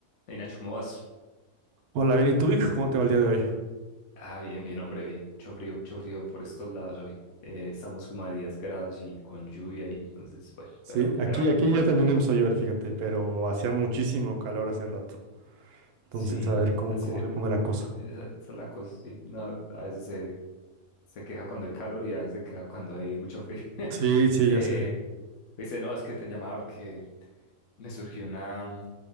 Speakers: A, on the left; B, on the right.
A: Hey Nacho, ¿cómo vas?
B: Hola, bien, ¿y tú, Vic? ¿Cómo te va el día de hoy?
A: Ah, bien, bien, hombre, bien. Mucho frío, mucho frío por estos lados hoy. Eh, estamos como a 10 grados y con lluvia y entonces, bueno,
B: Sí,
A: pero,
B: aquí,
A: pero bueno,
B: aquí ya también empezó a llover, fíjate, pero hacía muchísimo calor hace rato. Entonces,
A: sí,
B: a ver cómo,
A: hace,
B: cómo se pone la cosa.
A: esa, esa es la cosa, sí. No, a veces se, se queja cuando hay calor y a veces se queja cuando hay mucho frío. <laughs>
B: Sí, sí,
A: Eh,
B: ya sé. A
A: dice, no, es que te llamaba porque me surgió una,